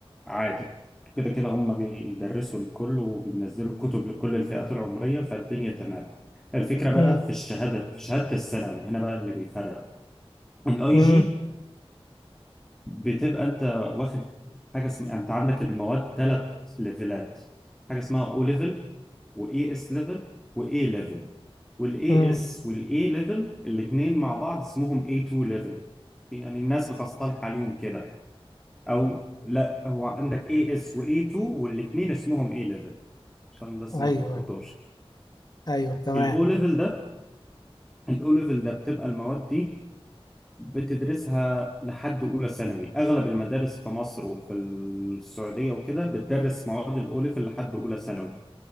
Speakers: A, in the centre; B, on the left (about 45°).
A: عادي كده كده هم بيدرسوا لكل وبينزلوا كتب لكل الفئات العمرية فالدنيا تمام الفكرة
B: امم
A: بقى في الشهادة في شهادة الثانوي هنا بقى اللي بيفرق الاي
B: امم
A: جي بتبقى انت واخد حاجة اسمها انت عندك المواد ثلاث ليفلات حاجة اسمها او ليفل واي اس ليفل واي ليفل والاي
B: امم
A: اس والاي ليفل الاثنين مع بعض اسمهم اي 2 ليفل يعني الناس بتصطلح عليهم كده او لا هو عندك اي اس واي 2 والاثنين اسمهم اي ليفل عشان بس
B: ايوه
A: ما نلخبطوش
B: ايوه تمام
A: الاو ليفل ده الاو ليفل ده بتبقى المواد دي بتدرسها لحد اولى ثانوي اغلب المدارس في مصر وفي السعوديه وكده بتدرس مواد الاو ليفل لحد اولى ثانوي